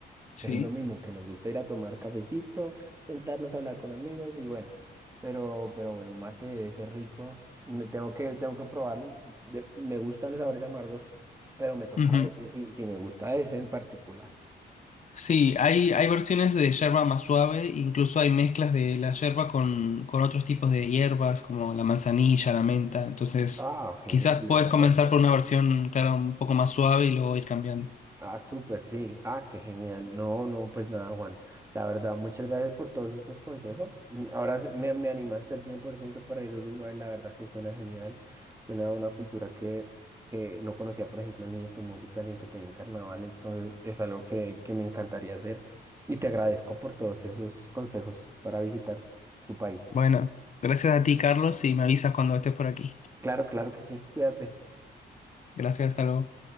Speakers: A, on the left; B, on the right.
A: Sí.
B: pero es lo mismo, que nos gusta ir a tomar cafecito, sentarnos a hablar con amigos y bueno, pero, pero bueno, mate debe ser rico. Me, tengo que, tengo que probarlo. de- me gustan los sabores amargos, pero me toca
A: Ujú.
B: ver si, si si me gusta ese en particular.
A: Sí, hay, hay versiones de yerba más suave, incluso hay mezclas de la yerba con, con otros tipos de hierbas como la manzanilla, la menta. Entonces,
B: Ah, genial,
A: quizás puedes
B: o sea,
A: comenzar
B: para encontrar.
A: por una versión, claro, un poco más suave y luego ir cambiando.
B: Ah, súper, sí. Ah, qué genial. No, no, pues nada, Juan. La verdad, muchas gracias por todos estos consejos. Mm, Ahora se- me, me animaste al 100% para ir a Uruguay. La verdad que suena genial. Suena a una cultura que, que no conocía, por ejemplo, ni de tu música, ni que tenía en carnaval. Entonces, es algo que, que me encantaría hacer. Y te agradezco por todos esos consejos para visitar tu país.
A: Bueno, gracias a ti, Carlos, y me avisas cuando estés por aquí.
B: Claro, claro que sí. Cuídate.
A: Gracias, hasta luego.